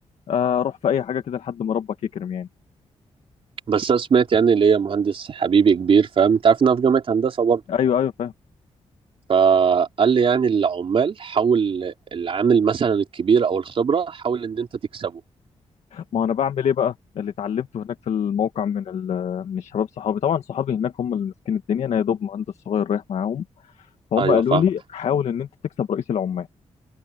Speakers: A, on the left (about 70°); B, on the right (about 50°).
A: آه، اروح في اي حاجه كده لحد ما ربك يكرم يعني
B: بس انا سمعت يعني اللي هي مهندس حبيبي كبير فاهم انت عارف ان انا في جامعة هندسة برضه
A: ايوه ايوه فاهم
B: فقال لي يعني العمال حاول العامل مثلا الكبير او الخبرة حاول ان انت تكسبه
A: ما انا بعمل ايه بقى اللي اتعلمته هناك في الموقع من ال... من الشباب صحابي طبعا صحابي هناك هم اللي ماسكين الدنيا انا يا دوب مهندس صغير رايح معاهم فهم
B: ايوه
A: قالوا
B: فاهم
A: لي حاول ان انت تكسب رئيس العمال